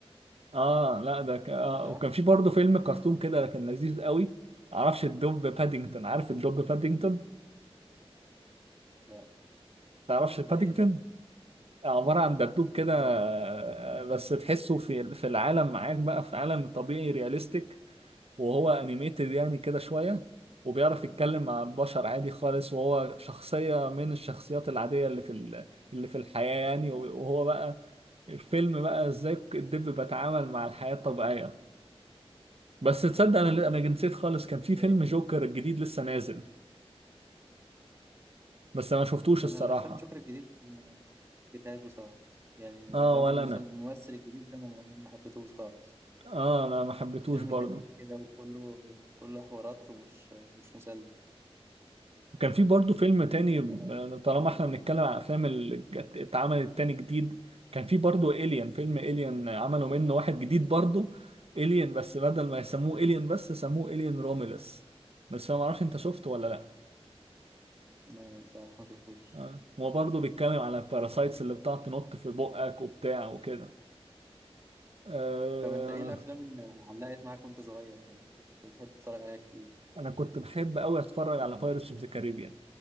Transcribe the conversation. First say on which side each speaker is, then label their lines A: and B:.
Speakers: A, on the right; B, on the right.
A: اه لا ده ك... آه.
B: صح؟
A: وكان في برضه فيلم كرتون كده كان لذيذ قوي معرفش الدب بادينجتون عارف الدب بادينجتون
B: لا
A: تعرفش
B: ده
A: بادينجتون
B: ايه ده
A: عبارة عن دبدوب كده
B: لا
A: آه، بس تحسه في في العالم معاك بقى في عالم طبيعي رياليستيك وهو انيميتد يعني كده شوية وبيعرف يتكلم مع البشر عادي خالص وهو شخصية من الشخصيات العادية اللي في ال... اللي في الحياة يعني وهو بقى الفيلم بقى ازاي الدب بيتعامل مع الحياة الطبيعية بس تصدق انا انا نسيت خالص كان في
B: فاهم
A: فيلم جوكر الجديد لسه نازل بس انا ما شفتوش
B: انا
A: الصراحة
B: الافلام جوكر الجديد ما حبيتهاش بصراحه يعني
A: اه
B: الراجل
A: ولا
B: المسل-
A: انا
B: الممثل الجديد ده ما ما حبيتهوش خالص
A: اه انا ما حبيتهوش
B: فيلم
A: برضه
B: كئيب كده وكله كله حوارات ومش مش مسلي
A: كان في برضه فيلم تاني
B: آه،
A: آه، طالما احنا بنتكلم عن افلام اللي جت- اتعملت تاني جديد كان في برضه إليان فيلم إليان عملوا منه واحد جديد برضه إليان بس بدل ما يسموه إليان بس سموه إليان روميلس بس انا معرفش انت شفته ولا لا
B: لا بصراحه ما شفتوش
A: آه. هو برضه بيتكلم على الباراسايتس اللي بتقعد تنط في بقك وبتاع وكده آه.
B: طب انت ايه الافلام اللي علقت معاك وانت صغير يعني كنت بتحب تتفرج عليها كتير
A: انا كنت بحب قوي اتفرج على بايرتس اوف ذا كاريبيان